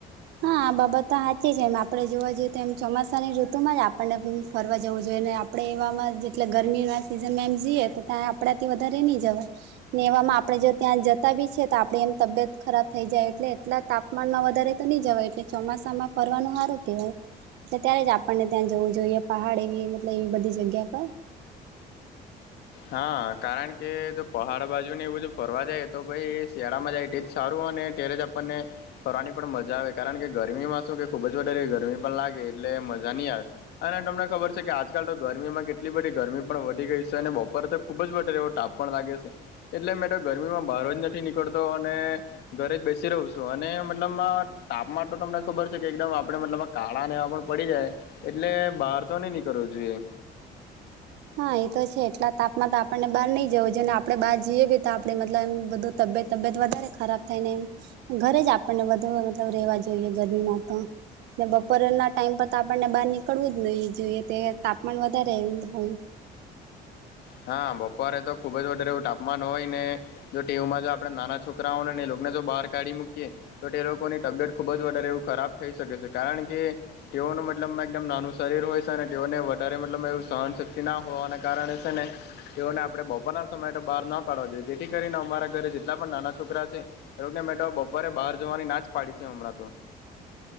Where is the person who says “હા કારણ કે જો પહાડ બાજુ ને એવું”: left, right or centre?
Left